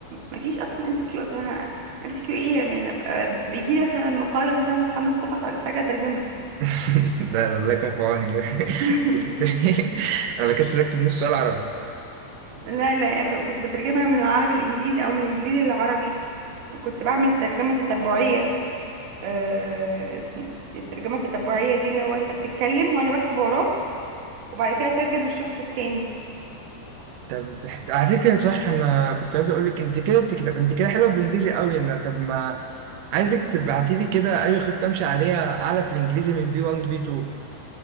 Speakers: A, on the right; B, on the right.
A: ما فيش اصلا ام سي كيو اصلا ام سي كيو ايه يعني أنا ببقى- بيجي لي مثلا مقاله مثلا خمس صفح ولا حاجه اترجمها
B: <laughs> لا لا الله يكون في عونك
A: <laughs>
B: <laughs> انا بكسل اكتب نص سؤال عربي
A: لا لا كنت بترجمها من العربي للانجليزي او من الانجليزي للعربي كنت بعمل ترجمه تتبعيه آه، الترجمه التتبعيه دي اللي هو انت بتتكلم وانا بكتب وراك وبعد كده اترجم للشخص التاني
B: طب على فكرة صح انا كنت عايز اقول لك انت كده بتكتب انت كده حلوة في الانجليزي قوي انا طب ما عايزك تبعتي لي كده اي خطة امشي عليها اعلى في الانجليزي من بي 1 لبي 2